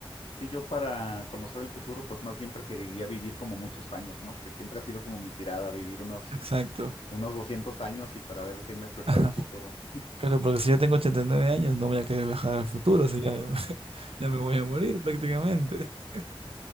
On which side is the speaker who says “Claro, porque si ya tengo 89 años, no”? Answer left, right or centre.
Right